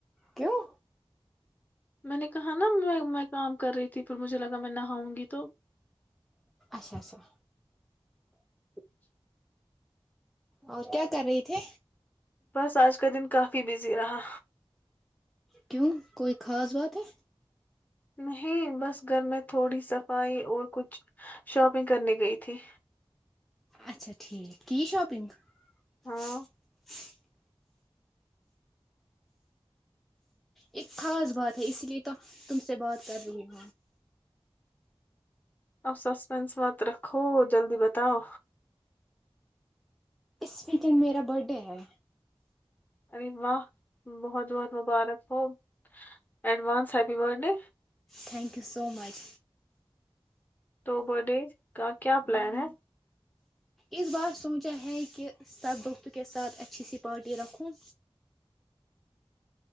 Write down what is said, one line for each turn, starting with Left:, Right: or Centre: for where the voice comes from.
Centre: کیوں
Left: میں نے کہا نا میں کام کر رہی تھی پھر مجھے لگا میں نہاؤں گی تو
Centre: اسا آا
Left: <inaudible>
Centre: اور کیا کر رہے تھھی
Left: بس آج کا دن کافی بزی رہا
Centre: کیوں کوئی خاص بات ہے
Left: نہیں بس گھر میں تھوڑی صفائی اور کچھ شاپنگ کرنی گئی تھی
Centre: اچھا ٹھیک کی شاپنگ <inaudible>
Left: ہاں
Centre: ایک خاص بات ہے اس لیے تو تم سے بات کر رہی ہ
Left: اب سسپینس مت رکھو جلدی بتاؤ
Centre: اس ویکینڈ میرا برتھ ڈے ہے
Left: ارے واہ بہت بہت مبارک ہو advance happy birthday
Centre: thank you so much
Left: تو بر ڈے کا کیا پلان ہے
Centre: اس بار سوچا ہے کہ سب دوستوں کے ساتھ اچھی سی پارٹی رکھوں